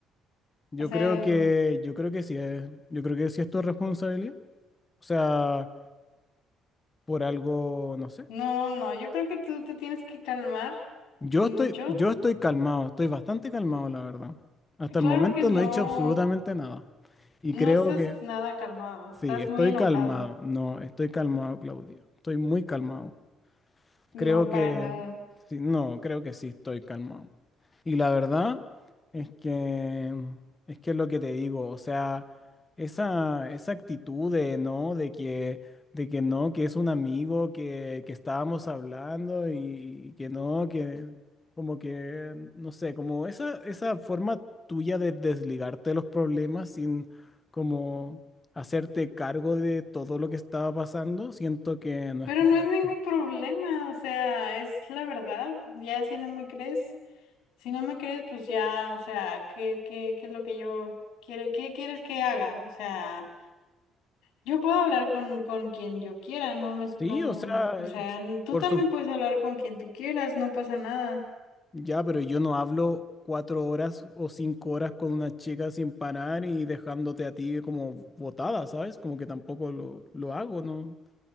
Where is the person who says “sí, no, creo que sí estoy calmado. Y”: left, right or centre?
Left